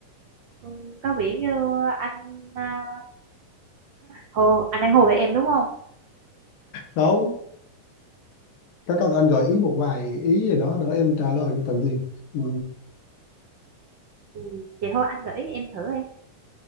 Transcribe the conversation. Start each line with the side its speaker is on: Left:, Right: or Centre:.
Right: ừ, có vẻ như anh à, hồ anh đang hồ với em đúng không
Left: Đâu, có cần anh gợi ý một vài ý gì đó để em trả lời tự gì? Ừ.
Right: ừ, vậy thôi anh gợi ý em thử đi